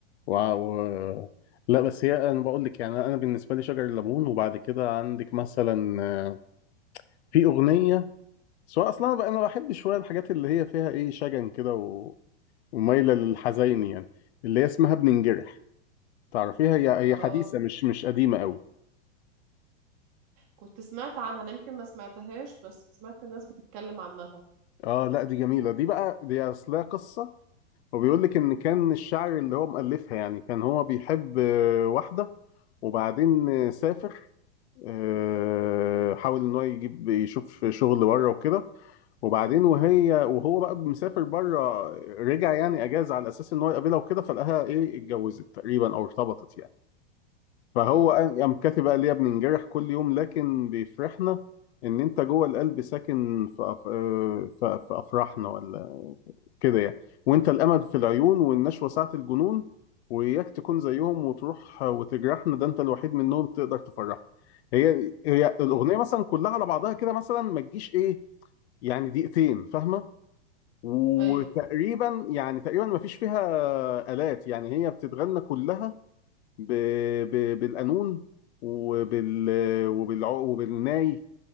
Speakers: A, on the left; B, on the right.
A: و... و... لا بس هي انا بقول لك يعني انا بالنسبة لي شجر الليمون وبعد كده عندك مثلا آه، في أغنية سواء اصلا انا بقى انا بحب شوية الحاجات اللي هي فيها ايه شجن كده و... ومايلة للحزين يعني اللي هي اسمها بننجرح تعرفيها هي هي
B: اه
A: حديثة مش مش قديمة قوي
B: كنت سمعت عنها أنا يمكن ما سمعتهاش بس سمعت الناس بتتكلم عنها
A: اه لا دي جميلة دي بقى دي اصلها قصة هو بيقول لك ان كان الشعر اللي هو مؤلفها يعني كان هو بيحب آه، واحده وبعدين آه، سافر آه، حاول ان هو يجيب يشوف شغل بره وكده وبعدين وهي وهو بقى مسافر بره رجع يعني اجازه على اساس ان هو يقابلها وكده فلقاها ايه اتجوزت تقريبا او ارتبطت يعني فهو
B: امم
A: قال- قام كاتب قال يا بننجرح كل يوم لكن بيفرحنا ان انت جوه القلب ساكن في أف... آه، في في افراحنا ولا كده يعني وانت الامل في العيون والنشوة ساعة الجنون واياك تكون زيهم وتروح وتجرحنا ده انت الوحيد منهم تقدر تفرحنا هي هي الاغنيه
B: امم
A: مثلا كلها على بعضها كده مثلا ما تجيش ايه يعني دقيقتين فاهمه وتقريبا
B: أيوه
A: يعني تقريبا ما فيش فيها آلات يعني هي بتتغنى كلها ب... ب... بالقانون وبال وبالع... وبالناي